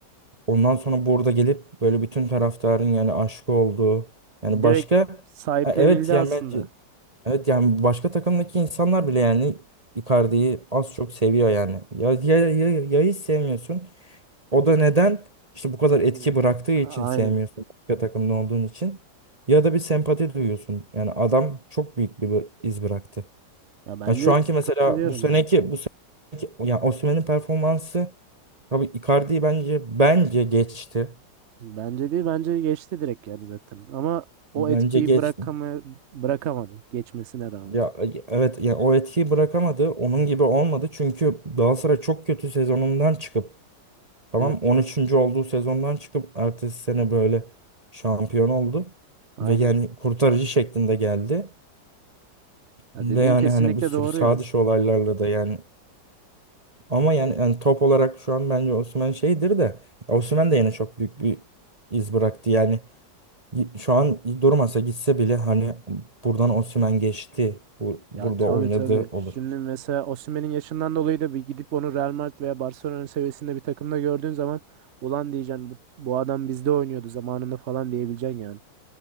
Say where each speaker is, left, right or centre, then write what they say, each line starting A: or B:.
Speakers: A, on the right (about 25°); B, on the right (about 60°).
A: Ondan sonra burada gelip böyle bütün taraftarın yani aşık olduğu yani
B: Direkt
A: başka
B: sahiplenildi
A: Ha, evet yani
B: aslında.
A: bence evet yani başka takımdaki insanlar bile yani Icardi'yi az çok seviyor yani. Ya ya ya, ya hiç sevmiyorsun. O da neden? İşte bu kadar etki
B: Hı.
A: bıraktığı için
B: Aynen.
A: sevmiyorsun. Başka takımda olduğun için. Ya da bir sempati duyuyorsun. Yani adam çok büyük bir bı- iz bıraktı.
B: Ya bence
A: Yani şu anki mesela
B: katılıyorum
A: bu seneki
B: ya
A: bu seneki yani Osimhen'in performansı tabii Icardi'yi bence bence geçti.
B: Bence değil bence geçti direkt yani zaten. Ama o
A: Bence
B: etkiyi
A: geçti.
B: bırakama bırakamadı geçmesine rağmen.
A: Ya e, evet yani o etkiyi bırakamadı. Onun gibi olmadı. Çünkü Galatasaray çok kötü sezonundan çıkıp tamam
B: Evet,
A: on üçüncü olduğu sezondan çıkıp ertesi sene böyle şampiyon oldu.
B: aynen.
A: Ve yani kurtarıcı şeklinde geldi.
B: Ya
A: Ve
B: dediğin
A: yani
B: kesinlikle
A: hani bir sürü
B: doğru
A: sağ
B: yani.
A: dışı olaylarla da yani ama yani, yani top olarak şu an bence Osimhen şeydir de Osimhen de yine çok büyük bir iz bıraktı. Yani Y- Şu an durmasa gitse bile hani buradan Osimhen geçti. Bu,
B: Ya
A: burada
B: tabii
A: oynadı
B: tabii.
A: olur.
B: Şimdi mesela Osimhen'in yaşından dolayı da bir gidip onu Real Madrid veya Barcelona seviyesinde bir takımda gördüğün zaman ulan diyeceksin bu, bu adam bizde oynuyordu zamanında falan diyebileceksin yani.